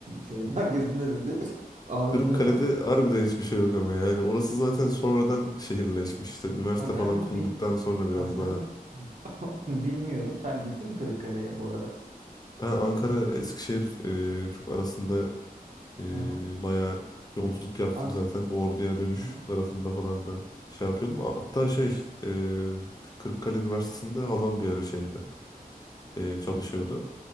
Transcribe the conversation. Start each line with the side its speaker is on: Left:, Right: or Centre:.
Right: Şehrin merkezinde dedi. <laughs> AVM
Left: Kırıkkale'de
Right: var.
Left: harbiden hiçbir şey yok ama yani orası zaten sonradan şehirleşmiş işte üniversite
Right: Ha
Left: falan
Right: ben onu
Left: kurulduktan
Right: bil
Left: sonra biraz
Right: ha ben
Left: daha
Right: onu <laughs> bilmiyordum. Sen gittin mi Kırıkkale'ye bu arada?
Left: ben Ankara Eskişehir e, çok arasında e,
Right: Aha.
Left: bayağı yolculuk yaptım
Right: An
Left: zaten bu Ordu'ya dönüş
Right: aha.
Left: tarafında falan da şey yapıyordum A- hatta şey e, Kırıkkale Üniversitesi'nde halam bir ara şeydi e, çalışıyordu